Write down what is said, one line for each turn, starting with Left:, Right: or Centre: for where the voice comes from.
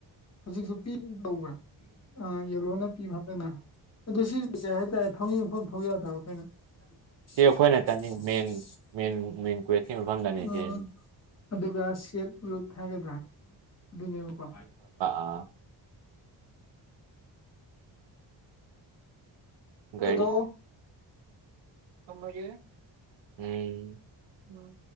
Left: ꯍꯧꯖꯤꯛꯁꯨ ꯄꯤ ꯇꯧꯕ꯭ꯔꯥ ꯑ ꯌꯦꯂꯣꯅ ꯄꯤꯕꯔ꯫ ꯑꯗꯨꯅ ꯑꯗꯨ ꯁꯤꯁꯦ ꯍꯥꯏꯇꯥꯔꯦ ꯊꯧꯅꯤꯡ ꯃꯐꯝ ꯊꯧ ꯌꯥꯗꯕꯣ ꯑꯩꯈꯣꯏꯅ꯫ <unintelligible>
Right: ꯁꯤ ꯑꯩꯈꯣꯏꯅ ꯆꯠꯅꯤꯡ ꯃꯦꯟ ꯃꯦꯟ ꯃꯦꯟ ꯀ꯭ꯋꯦꯁꯀꯤ ꯃꯐꯝꯗꯅꯤ ꯁꯤ
Left: ꯑ꯫ ꯑꯗꯨꯒ ꯁꯦꯠꯂꯨ ꯍꯥꯏꯒꯗ꯭ꯔꯥ ꯑꯗꯨꯅꯦꯕꯀꯣ꯫
Right: ꯑ꯫ ꯍꯂꯣ ꯒꯔꯤ
Left: ꯑꯗꯣ
Right: ꯊꯝꯃꯒꯦ ꯎꯝ ꯎꯝ꯫ ꯎꯝ꯫